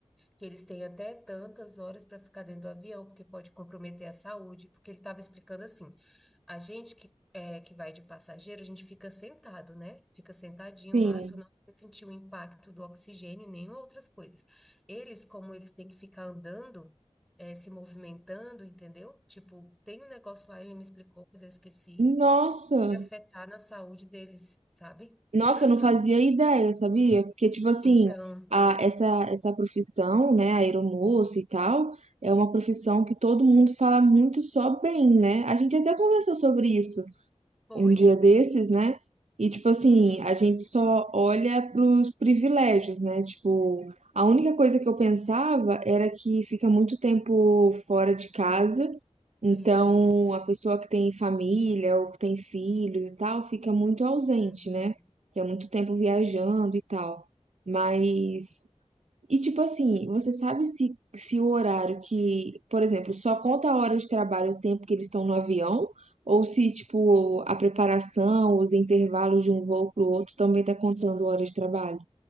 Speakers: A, in the centre; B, on the right.
A: que eles têm até tantas horas para ficar dentro do avião, porque pode comprometer a saúde, porque ele estava explicando assim, a gente que, é, que vai de passageiro, a gente fica sentado, né? Fica sentadinho
B: Sim.
A: lá, tu não vai sentir o impacto do oxigênio, nem outras coisas. Eles, como eles têm que ficar andando, é, se movimentando, entendeu? Tipo, tem um negócio lá, ele me explicou, mas eu esqueci,
B: Nossa,
A: de afetar na saúde deles, sabe?
B: nossa,
A: Uhum.
B: eu não fazia ideia, sabia? Porque, tipo assim,
A: Então,
B: a, essa, essa profissão, né, aeromoça e tal, é uma profissão que todo mundo fala muito só bem, né? A gente até conversou sobre isso,
A: foi.
B: um dia desses, né? E, tipo
A: Sim,
B: assim, a gente só olha pros privilégios, né? Tipo, a única coisa que eu pensava era que fica muito tempo fora de casa, então
A: fica.
B: a pessoa que tem família ou que tem filhos e tal fica muito ausente,
A: Uhum.
B: né? Que é muito tempo viajando e tal. Mas e tipo assim, você sabe se, se o horário que, por exemplo, só conta a hora de trabalho o tempo que eles estão no avião, ou se tipo a preparação, os intervalos de um voo para o outro também tá contando hora de trabalho?